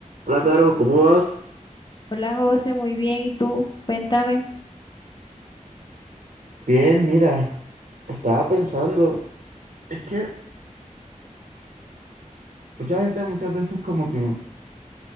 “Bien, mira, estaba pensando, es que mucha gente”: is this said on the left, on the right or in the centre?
Right